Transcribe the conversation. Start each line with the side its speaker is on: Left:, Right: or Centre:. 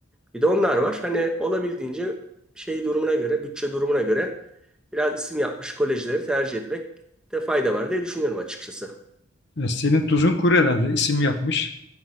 Centre: Bir de onlar var. Hani olabildiğince şey durumuna göre, bütçe durumuna göre biraz isim yapmış kolejleri tercih etmekte fayda var diye düşünüyorum açıkçası.
Left: E, Senin tuzun kuru herhalde isim yapmış.